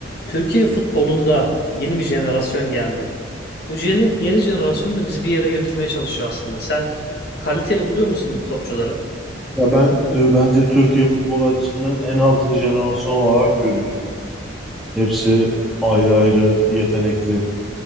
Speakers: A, on the left; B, in the centre.
A: Türkiye futbolunda yeni bir jenerasyon geldi. Bu yeni, yeni jenerasyon da bizi bir yere götürmeye çalışıyor aslında. Sen kaliteli buluyor musun bu topçuları?
B: Ya ben e, bence Türkiye futbol açısından en altın jenerasyon olarak görüyorum. Hepsi ayrı ayrı yetenekli